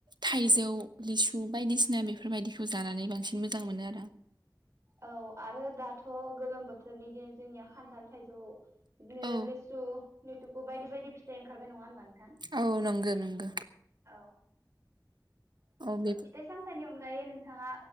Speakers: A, on the right; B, on the right.
A: थाइजौ लिसु बायदिसिना बेफोरबायदिखौ जानानै बांसिन मोजां मोनो आरो
B: औ आरो दाथ' गोलोम बोथोरनि दिन। जोंनिया खान्थाल थाइजौ। बिदिनो
A: औ
B: लिसु लथुकु बायदि बायदि फिथाइ ओंखारबाय नङा होनबा नोंथाङ
A: औ नंगौ नंगौ
B: औ
A: औ बे
B: फिथाइ सामथाइनि अनगायै नोंथ बिथाङा